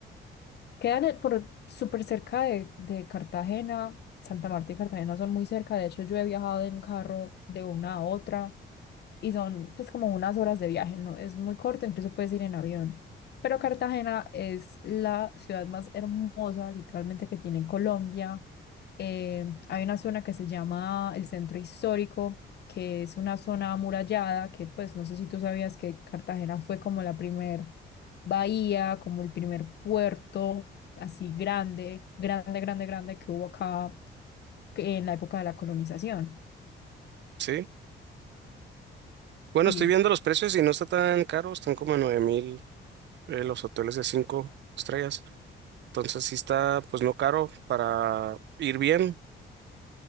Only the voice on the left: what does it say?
Quedan eh, por súper cerca de, de Cartagena. Santa Marta y Cartagena son muy cerca. De hecho, yo he viajado en carro de una a otra y son pues como unas horas de viaje, no es muy corto, incluso puedes ir en avión. Pero Cartagena es la ciudad más hermosa, literalmente, que tiene en Colombia. Eh, hay una zona que se llama el Centro Histórico, que es una zona amurallada, que pues no sé si tú sabías que Cartagena fue como la primer bahía, como el primer puerto así grande, grande, grande, grande que hubo acá que- en la época de la colonización.
Sí,